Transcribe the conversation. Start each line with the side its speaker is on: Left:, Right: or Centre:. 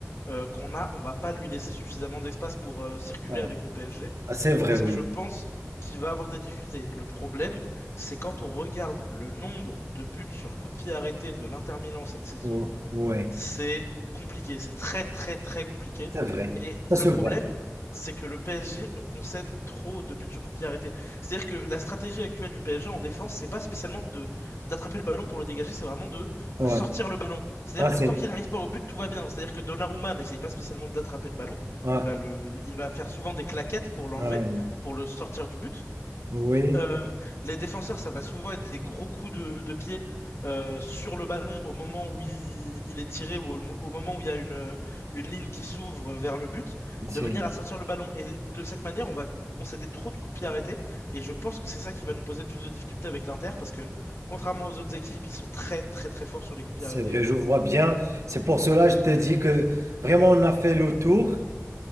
Left: euh, qu'on a, on va pas lui laisser suffisamment d'espace pour euh, circuler
Right: Ah,
Left: avec le PSG.
Right: c'est vrai,
Left: Donc ça,
Right: oui.
Left: je pense qu'il va avoir des difficultés. Le problème, c'est quand on regarde le nombre de buts sur coup de pied arrêté de l'Inter Milan cette saison,
Right: Ou- Oui,
Left: c'est compliqué, c'est très très très compliqué.
Right: c'est vrai.
Left: Et
Right: Ça
Left: le
Right: se
Left: problème,
Right: voit.
Left: c'est que le PSG, on concède trop de buts sur coup de pied arrêté. C'est-à-dire que la stratégie actuelle du PSG en défense, c'est pas spécialement de d'attraper le ballon pour le dégager, c'est vraiment de
Right: Ouais.
Left: sortir le ballon. C'est-à-dire
Right: Ah, c'est,
Left: tant qu'il n'arrive pas au but, tout va bien. C'est-à-dire que Donnarumma n'essaye pas spécialement d'attraper le ballon,
Right: ah,
Left: il va le, il va faire souvent des claquettes pour l'enlever,
Right: ah,
Left: pour le sortir du but.
Right: oui,
Left: Euh, les défenseurs, ça va souvent être des gros coups de, de pied euh, sur le ballon au moment où il, il est tiré ou au, mo- au moment où il y a une, une ligne qui s'ouvre vers le but,
Right: c'est,
Left: de manière à sortir le ballon. Et de cette manière, on va concéder trop de coups de pied arrêtés. Et je pense que c'est ça qui va nous poser le plus de difficultés avec l'Inter, parce que contrairement aux autres équipes, ils sont très très très forts sur les coups de
Right: c'est
Left: pied arrêtés.
Right: vrai, je vois bien. C'est pour cela que je te dis que vraiment on a fait le tour.